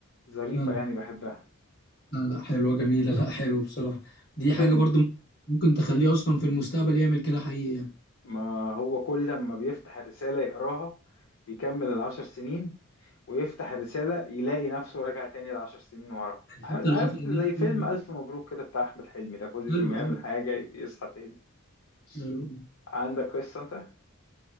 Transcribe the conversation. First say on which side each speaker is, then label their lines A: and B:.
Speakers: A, on the left; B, on the left.
A: ظريفة
B: حلو
A: يعني بحبها
B: لا لا حلوة جميلة لا حلو بصراحة دي
A: فيلم
B: حاجة برضو ممكن تخليه أصلا في المستقبل يعمل كده حقيقي يعني
A: ما هو كل لما بيفتح الرسالة يقراها بيكمل العشر سنين ويفتح الرسالة يلاقي نفسه راجع تاني العشر سنين ورا
B: يعني
A: عارف
B: حتى
A: عارف
B: لو قفل اللابتوب
A: زي فيلم ألف مبروك كده بتاع أحمد حلمي ده كل
B: حلو
A: ما يعمل
B: حلو
A: حاجة يصحى تاني
B: حلو
A: عندك قصة أنت؟